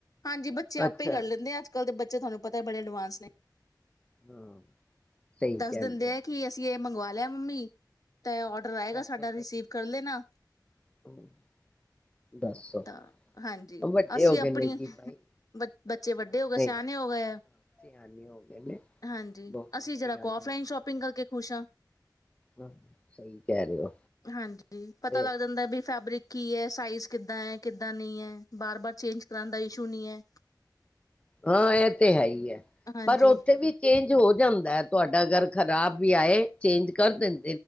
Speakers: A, on the left; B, on the left.
A: ਹਾਂਜੀ, ਬੱਚੇ ਆਪੇ
B: ਅੱਛਾ
A: ਹੀ ਕਰ ਲੈਂਦੇ ਆ। ਅੱਜ ਕੱਲ੍ਹ ਦੇ ਬ ਬੱਚੇ ਤੁਹਾਨੂੰ ਪਤਾ ਬੜੇ ਏਡਵਾਂਸ ਨੇ।
B: ਹਾਂ ਸਹੀ
A: ਦੱਸ
B: ਕਹਿੰਦੇ
A: ਦਿੰਦੇ
B: ਹੋ
A: ਆ ਕਿ ਅਸੀਂ ਇਹ ਮੰਗਵਾ ਲਿਆ ਮੰਮੀ ਤਾਂ ਔਡਰ ਆਏਗਾ
B: ਪੈਸੇ
A: ਸਾਡਾ ਰਿਸੀਵ ਕਰਲੇ ਨਾ
B: ਪੇਮੈਂਟ ਦੱਸੋ
A: ਤਾਂ, ਹਾਂਜੀ
B: ਵੱਡੇ
A: ਅਸੀਂ
B: ਹੋ ਗਏ
A: ਅਪਣੀ
B: ਨੇ ਜੀ ਬਾਈ
A: ਬੱਚੇ ਵੱਡੇ ਹੋ ਗਏ
B: ਨਹੀਂ
A: ਸਿਆਣੇ ਹੋ ਗਏ ਆ,
B: ਸਿਆਣੇ ਹੋ ਗਏ ਨੇ
A: ਹਾਂਜੀ
B: ਬਹੁਤੇ
A: ਅਸੀਂ ਜਰਾ
B: ਸਿਆਣੇ
A: ਔਫ
B: ਹੋ
A: ਲਾਈਨ
B: ਗਏ
A: ਸ਼ੋਪਿੰਗ ਕਰਕੇ ਖੁਸ਼ ਹਾਂ।
B: ਹਾਂ ਸਹੀ ਕਹਿ ਰਹੇ ਹੋ
A: ਹਾਂਜੀ ਪਤਾ
B: ਫੇਰ
A: ਲੱਗ ਜਾਂਦਾ ਏ, ਬੀ ਫੈਬਰਿਕ ਕੀ ਹੈ, ਸਾਈਜ਼ ਹੈ ਕਿੱਦਾਂ ਨਹੀਂ ਹੈ ਬਾਰ ਬਾਰ ਚੇਂਜ ਕਰਾ ਦਾ ਇਸ਼ੂ ਨਹੀਂ ਹੈ।
B: ਹਾਂ ਇਹ ਤੇ ਹੈ ਹੀ ਹੈ,
A: ਹਾਂਜੀ।
B: ਪਰ ਉੱਥੇ ਵੀ ਚੇਂਜ ਹੋ ਜਾਂਦਾ ਹੈ, ਤੁਹਾਡਾ ਅਗਰ ਖ਼ਰਾਬ ਵੀ ਆਏ ਚੇਂਜ ਕਰ ਦੇਨੇ।